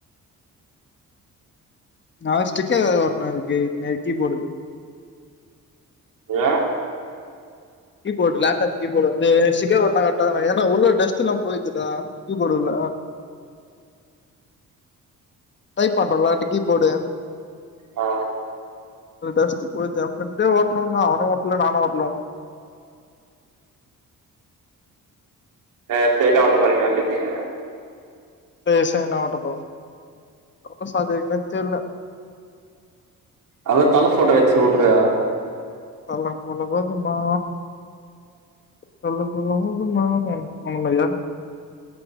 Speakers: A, on the left; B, on the right.
A: நா வேற ஸ்ட்ரிக்கர் வேற ஓட்னு அதுக்கு மே கீபோர்டுக்
B: ஏன்
A: கீபோடு லேப்டாப் கீபோடு வந்து ஸ்டிக்கர் ஓட்னா <unintelligible> ஏனா உள்ள டஸ்ட்லா போயிடுதுடா கீபோடு உள்ள டைப் பண்றோல அந்த கீபோடு
B: ஆ
A: டஸ்ட்டு போயிட்து ஏ ஃப்ரண்டே ஓட்ணுனா அவனு ஒட்ல நானு ஒட்ல இன்னு
B: அ ஸ்டைட்டா ஒட்ட போறீங்ளா டிசைனு
A: பே சேந்தா ஒட்ட போறோ ஆஃபீஸ் அது எங்கன் தெர்ல
B: அத தல ஃபோட்டோ வச்சு ஒட்றியா
A: தல போல வருமா தல போல வருமா அந்த மரியா